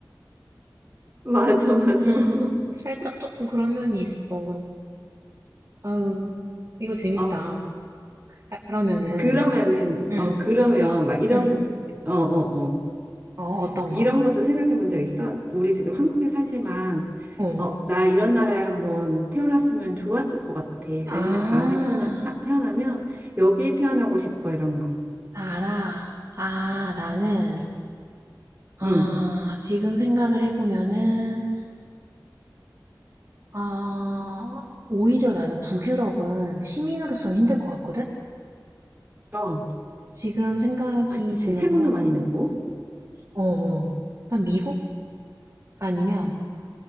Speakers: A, on the right; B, on the right.
A: 맞아 맞아
B: 음,
A: <laughs>
B: 살짝 조금 그런 면이 있어. 아유, 이거 재밌다.
A: 어
B: 야, 그러면은,
A: 그러면은
B: 응,
A: 어 그러면 막 이런
B: 응.
A: 거 어어어
B: 어, 어떤
A: 이런
B: 거?
A: 것도 생각해 본 적 있어? 우리 지금 한국에 살지만
B: 어.
A: 어, 나 이런 나라에 한번 태어났으면 좋았을 것 같아.
B: 아,
A: 아니면 다음에 태어나 사, 태어나면 여기에 태어나고 싶어 이런 거.
B: 나라. 아, 나는, 아,
A: 응.
B: 지금 생각을 해보면은, 아, 오히려 나는 북유럽은 시민으로서는 힘들 것 같거든?
A: 어.
B: 지금 생각이
A: 그치.
B: 드는
A: 세금도
B: 건,
A: 많이 내고
B: 어, 어. 일단 미국 아니면